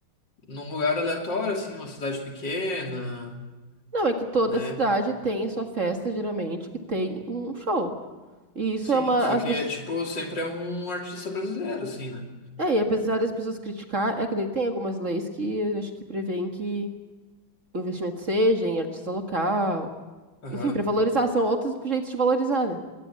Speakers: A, on the left; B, on the right.
A: num lugar aleatório, assim, numa cidade pequena,
B: Não, é que toda
A: né?
B: cidade tem a sua festa, geralmente, que tem um show. E isso
A: Sim,
B: é uma.
A: só
B: As
A: que
B: pessoas,
A: é tipo, sempre é um artista brasileiro, assim, né?
B: é, e apesar das pessoas criticar, é que daí tem algumas leis que eu acho que prevêem que o investimento seja em artista local.
A: Aham,
B: Enfim, para valorizar, são outros jeitos de valorizar, né?